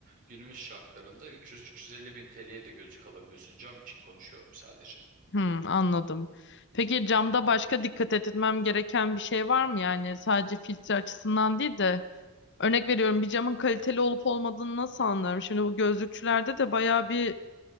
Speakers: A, on the right; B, on the left.
A: günümüz şartlarında 300-350 bin TL'ye de gözlük alabiliyorsun. Cam için konuşuyorum sadece.
B: Hmm, anladım. Peki camda başka dikkat etmem gereken bir şey var mı? Yani sadece filtre açısından değil de örnek veriyorum bir camın kaliteli olup olmadığını nasıl anlarım? Şimdi bu gözlükçülerde de bayağı bir